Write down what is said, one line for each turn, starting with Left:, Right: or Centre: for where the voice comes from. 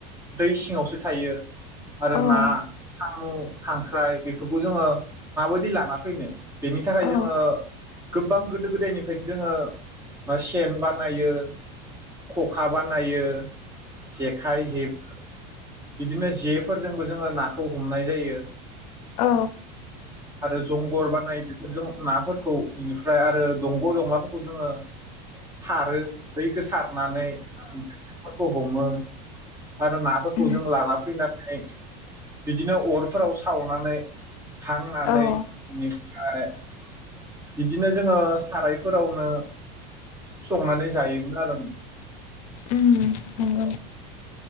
Right: दै सिङावसो थायो। आरो
Left: औ
Right: ना साम' खांख्राइ बेफोरखौ जोङो माबोदि लाना फैनो बेनि थाखाय
Left: औ
Right: जोङो गोबां गोदो गोदायनि ओखायनो जोङो सेन बानायो खखा बानायो। जेखाइ हेब बिदिनो जे फोरजोंबो जोङो नाखौ हमनाय जायो।
Left: औ
Right: आरो जंगल बानाय बे बेफोरजों नाफोरखौ बेनिफ्राय आरो दंग' दंलाफोरखौ जोङो सारो दैखो सारनानै फोरखौ हमो आरो नाफोरखौ
Left: उम
Right: जों लाना फैनानै बिदिनो अरफोराव सावनानै हांनानै
Left: औ
Right: <unintelligible> फ्राय बिदिनो जोङो थारायफोरावनो संनानै जायोमोन आरो आं
Left: उम नंगौ।